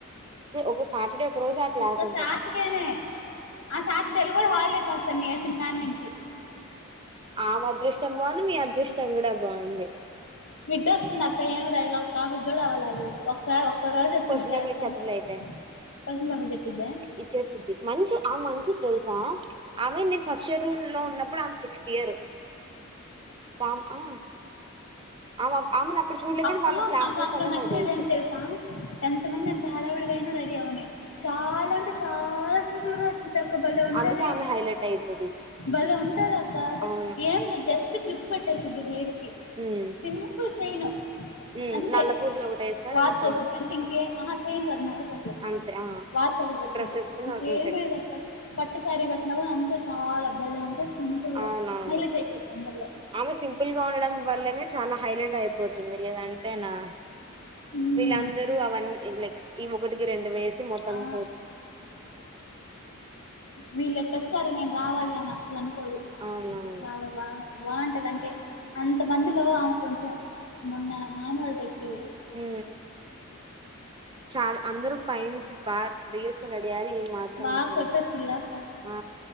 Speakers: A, on the right (about 20°); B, on the left (about 80°).
A: ఒక సాటర్డే ఒక రోజు ఆ క్లాస్
B: ఒక్క
A: ఉంటదా
B: సాటర్డే నే ఆ సాటర్డేలు కూడ హాలిడే వస్తా న ఏ సినికాని నుంచి
A: ఆమ్ అదృష్టం బాగుంది మీ అదృష్టం మచ్చం కూడా బాగుంది
B: మిడ్డ వస్తుంది అక్క ఏం రాయాల ఒక టాప్ కూడా అవ్వాలది ఒకసారి రోజు వచ్చింది
A: కొషన్
B: క్లాస్
A: పేపర్ ఇచ్చేతులే
B: కంటే
A: అయితే,
B: క్వశ్చన్ పేపర్ చెప్పిద్దా
A: ఇచ్చేస్తుద్ది మంచి ఆమె మంచిది తెలుసా, ఆమె నేను ఫస్ట్ ఇయర్ లో ఉన్నప్పుడు ఆమె సిక్స్త్ ఇయర్ కామ్ ఆ ఆమె ఆమెను అప్పుడు చూడలే
B: అక్క
A: కానీ వాళ్ళ
B: లో
A: క్లాస్మేట్స్
B: నాకు అట్ల
A: అందరు
B: నచ్చేది
A: నాకు తెలుసు
B: ఏం తెలుసా ఎంత మంది అంత హడావిడిగయినా రెడీ అవ్వని చాలా అంటే చాలా సింపుల్ గా వచ్చి తక్క బలే ఉంటది
A: అందుకే ఆమె హైలైట్ అయితది
B: బలే ఉంటది అక్క
A: అవును
B: ఏమి జస్ట్ క్లిప్ పెట్టే సిద్ధ హేరికి
A: ఉమ్
B: సింపుల్ చైను
A: ఉమ్
B: అంతే
A: నల్ల పూసలు ఒకటి వేస్తారు
B: వాచ్
A: ఇంకా
B: ఏసిద్ది అంతే ఇంకే ఆ చైన్ లేదు నళ పస అ
A: అంతే ఆ
B: వాచ్ ఒకడ పెట్ద్ది,
A: డ్రెస్ వేసుకుని
B: ఇంకేమయద
A: అంతే
B: అక్క పట్టుసారి కట్ నవ్వు అంతే చాలా బలే ఉంటది సింపుల్ గా
A: అవునవును
B: హైలైట్ అయిపోయిద్ది అందరిలో
A: ఆమె సింపుల్ గా ఉండడం వల్లనే చాలా హైలైట్ అయిపోతుంది లేదం తేనా
B: ఉమ్
A: వీళ్ళందరూ అవన్నీ ఈ లైక్ ఈ ఒకటికి రెండు వేసి మొత్తం
B: ఆ
A: పోతు
B: వీళ్ళ ఎట్టొచ్చారు నేను రావాలి అని అసలు అనుకోదు,
A: అవునవును
B: చాలా బా బాగుంటది అంటే, అంత మందిలో ఆమె కొంచెం మొన్న అన్వాల్ డే కి
A: ఉ చాలా అందరూ పై ఇం దిగేసుకుని రెడీఅరు ఏం మాత్రమా
B: బాగా
A: అసలు
B: కొట్టొచ్చిల్లా కానీ
A: ఆ